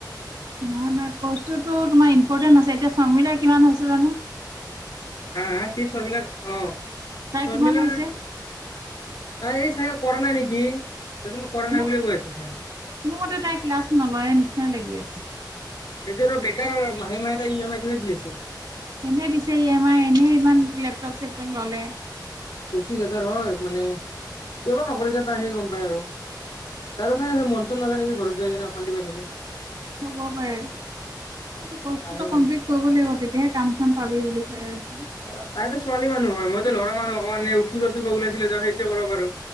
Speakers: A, on the right; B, on the left.
A: নাই-নাই কৰ্চোটো তোমাৰ ইম্পৰ্টেণ্ট আছে, এতিয়া শৰ্মিলাৰ কিমান হৈছে জানো?
B: হা-হা কি শৰ্মিলা অ,
A: তাই
B: শৰ্মিলা
A: কিমান হৈছে?
B: তাই এই চাগে কৰা নাই নেকি? তাৰচোন কৰা নাই
A: ম
B: বুলি কৈ আছে চোন
A: মোৰ মতে তাই ক্লাছ নলয়ে নিচিনাই লাগি আছে।
B: সেইটো আৰু বেকাৰ মাহে-মাহে তাই এম আইটোহে দি আছে।
A: এনে দিছে ই এম আই, এনে ইমান লেপটপ- চেপটপ ল'লে।
B: পঁচিছ হাজাৰ হয় মানে কিয় বা নকৰে যে, তাইহে গম পায় আৰু তাৰো চাগে, হে মঞ্চন-চনন নাযায় নেকি ঘৰত? যায় কেনে অশান্তি পাই থাকে।
A: হ'ব পাৰে, মই কৈছোঁ- কোৰ্চটো
B: তাইহে
A: তই
B: গম
A: কমপ্লিট কৰিব লাগিব, তেতিয়াহে কাম-চাম পাবি বুলি ত <unintelligible>
B: অ তাই ছোৱালী মানুহ হয়, মইটো লৰা মানুহ অকমান ফুৰ ওচৰ পৰা ওলাইহে কৰিব পাৰো।